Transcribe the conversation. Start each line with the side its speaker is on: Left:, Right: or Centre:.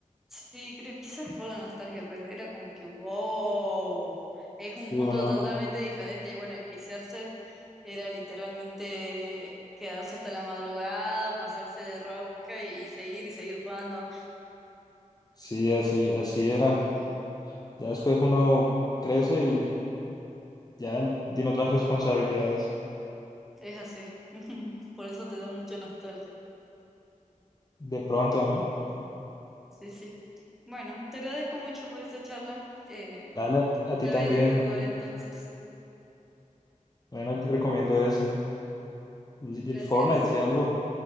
Centre: Sí, creo, quizás es por la nostalgia, pero era como que, wow, es
Left: Sí,
Centre: un mundo
Left: uno,
Centre: totalmente diferente y bueno, enviciarse era literalmente quedarse hasta la madrugada, o pasarse de rosca y seguir y seguir jugando.
Left: sí, así, así era. Ya después uno crece y ya tiene otras responsabilidades.
Centre: Es así, <laughs> por eso te da mucha nostalgia.
Left: De pronto, ¿no?
Centre: Sí, sí. Bueno, te agradezco mucho por esta charla. Eh,
Left: Dale, a ti
Centre: ya
Left: también.
Centre: veré qué jugar entonces.
Left: Bueno, yo te recomiendo eso. Y- y
Centre: Gracias.
Left: El Fortnite, si algo,